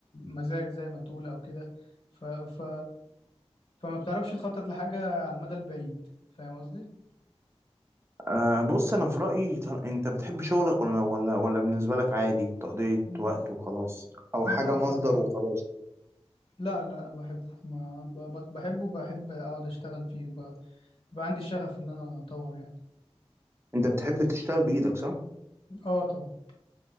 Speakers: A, on the left; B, on the right.
A: مزاج زي ما تقول أو كده ف... ف... فما بتعرفش تخطط لحاجة على المدى البعيد فاهم قصدي؟
B: آه بص انا في رأيي طل- انت بتحب شغلك ولا ولا ولا بالنسبة لك عادي تقضية
A: م-
B: وقت وخلاص او
A: لا
B: حاجة مصدر
A: طبعا
B: وخلاص
A: لا لا بحبه ما ب... ب- بحبه وبحب أقعد أشتغل فيه وب... بقى عندي الشغف إن أنا أطور يعني
B: انت بتحب تشتغل بايدك صح؟
A: اه طبعا